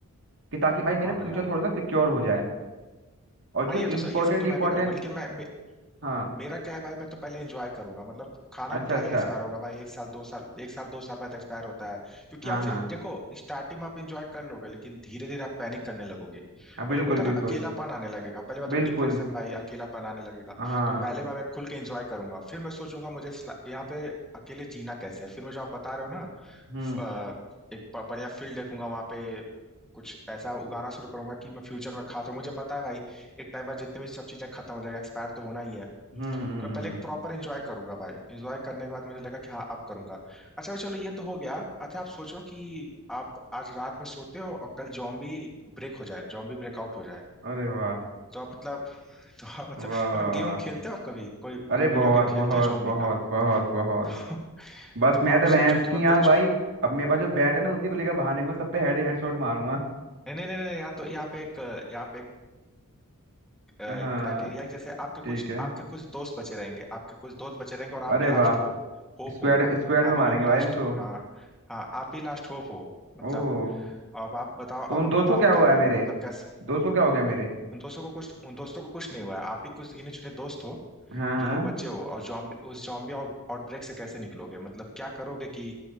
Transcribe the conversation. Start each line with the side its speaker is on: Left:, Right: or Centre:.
Right: कि ताकि भाई मेरा
Centre: हाँ भाई
Right: फ्यूचर
Centre: हाँ
Right: थोड़ा सा सिक्योर हो जाए और
Centre: हाँ
Right: जो
Centre: ये तो
Right: इम्पोर्टेंट
Centre: स- ये सब तो
Right: इम्पोर्टेंट
Centre: मैं भी करूंगा लेकिन मैं मे-
Right: हाँ
Centre: मेरा क्या है भाई मैं तो पहले एंजॉय करूंगा मतलब खाना
Right: अच्छा
Centre: क्या
Right: अच्छा
Centre: ही एक्सपायर होगा भाई एक साल दो साल एक साल दो साल बाद एक्सपायर होता है क्योंकि
Right: हाँ
Centre: आप फिर
Right: हाँ
Centre: देखो स्टार्टिंग में आप एंजॉय कर लोगे लेकिन धीरे धीरे आप पैनिक करने लगोगे
Right: हाँ बिल्कुल
Centre: मतलब होता है
Right: बिल्कुल
Centre: ना अकेलापन आने लगेगा पहली बात तो
Right: बिल्कुल
Centre: डिप्रेशन भाई अकेलापन आने लगेगा
Right: हाँ
Centre: तो पहले मैं मैं खुल के एंजॉय करूंगा फिर मैं सोचूंगा मुझे इस ला- यहाँ पे अकेले जीना कैसे है फिर मैं जो आप बता रहे हो ना
Right: हम्म
Centre: अ, एक ब- बढ़िया फील्ड देखूंगा वहां पे कुछ ऐसा उगाना शुरू करूंगा कि मैं फ्यूचर में खा सकूं मुझे पता है भाई एक टाइम बाद जितने भी सब चीजें खत्म हो जाएगा एक्सपायर तो होना ही है
Right: हम्म
Centre: तो
Right: हम्म हम्म,
Centre: मैं पहले एक
Right: हम्म।
Centre: प्रॉपर एंजॉय करूंगा भाई एंजॉय करने के बाद मुझे लगा कि हाँ अब करूंगा अच्छा भाई चलो ये तो हो गया अच्छा आप सोचो कि आप आज रात में सोते हो और कल जॉम्बी ब्रेक हो जाए जॉम्बी ब्रेकआउट हो जाए
Right: अरे वाह
Centre: तो आप मतलब <laughs> तो आप मतलब
Right: वाह वाह
Centre: मतलब गेम
Right: वाह
Centre: खेलते हो आप कभी कोई
Right: अरे
Centre: कोई
Right: बहुत
Centre: वीडियो गेम
Right: बहुत
Centre: खेलते हो जॉम्बी
Right: बहुत
Centre: का
Right: बहुत बहुत
Centre: <laughs>
Right: बस
Centre: तो
Right: मैं
Centre: आप
Right: तो
Centre: सोचो
Right: भैंस
Centre: कि
Right: की
Centre: मतलब
Right: आँख भाई
Centre: जो
Right: अब मेरे पास जो बैट है ना उसी को लेकर भागने में सब पे हेड हेड शॉट मारूंगा
Centre: नहीं नहीं नहीं नहीं, यहाँ तो यहाँ पे एक यहाँ पे अ, एक
Right: हाँ
Centre: क्राइटेरिया है जैसे आपके कुछ
Right: ठीक है
Centre: आपके कुछ दोस्त बचे रहेंगे आपके कुछ दोस्त बचे रहेंगे और आप
Right: अरे
Centre: ही लास्ट
Right: वाह
Centre: हो होप
Right: स्क्वाड
Centre: हो
Right: स्क्वाड
Centre: आप
Right: में मारेंगे
Centre: ही लोग लास्ट
Right: भाई हम तो
Centre: हाँ हाँ आप ही लास्ट होप हो मतलब
Right: ओहो
Centre: अब आप बताओ
Right: तो उन
Centre: अब आप
Right: दोस्तों
Centre: बताओ आप
Right: क्या हुआ
Centre: क्या
Right: है
Centre: करोगे
Right: मेरे
Centre: मतलब कैसे
Right: दोस्तों क्या हो गया मेरे
Centre: उन दोस्तों को कुछ उन दोस्तों को कुछ नहीं हुआ है आप ही कुछ गिने चुने दोस्त हो
Right: हाँ
Centre: जो
Right: हाँ
Centre: लोग बचे हो और जॉम्बी उस जॉम्बी आउट आउटब्रेक से कैसे निकलोगे मतलब क्या करोगे कि